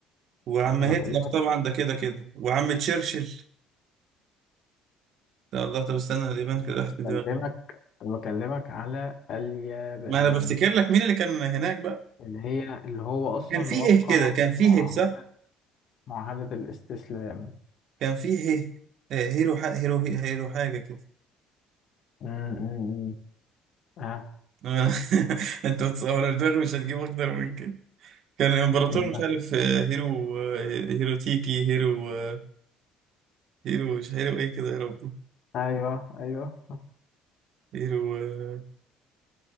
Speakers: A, on the right (about 65°); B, on the left (about 60°).
A: وعم
B: انا
A: هتلر
B: بكلمك
A: طبعا ده كده كده وعم تشرشل يا الله طب استنى اليابان كده راحت
B: بكلمك
A: من دماغي
B: انا بكلمك على اليابان
A: ما انا بفتكر لك مين اللي كان هناك بقى
B: اللي هي اللي هو أصلا
A: كان فيه
B: وقع
A: هيه كده كان فيه
B: معاهدة
A: هيه صح
B: معاهدة الاستسلام
A: كان فيه هيه آه، هيرو ح... هيرو هيرو حاجه كده
B: م- م- م. آه.
A: <laughs> انت بتصور دماغي مش هتجيب اكتر من كده كان الامبراطور
B: آه.
A: مش
B: آه.
A: عارف آه، هيرو آه، هيرو تيكي هيرو آه، هيرو مش هيرو ايه كده يا ربي
B: أيوه أيوه
A: هيرو آه،